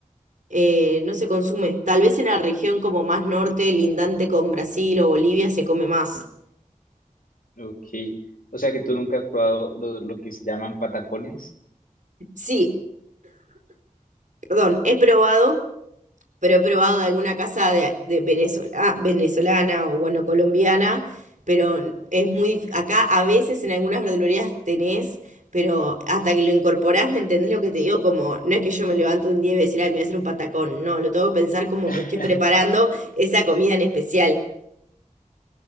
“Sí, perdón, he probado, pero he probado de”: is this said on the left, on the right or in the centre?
Right